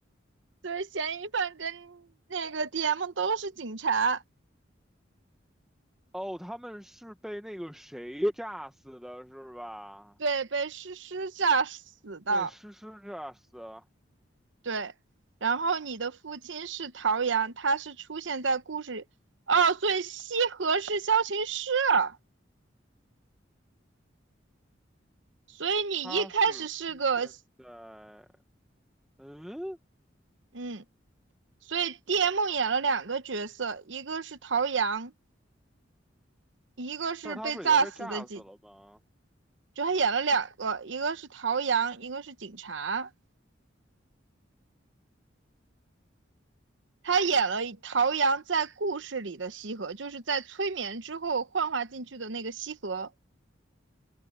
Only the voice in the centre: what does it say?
哦，他们是被那个谁炸死的，是吧？
被诗诗炸死的，
他是出现在，嗯，
但是他不是已经被炸死了吗？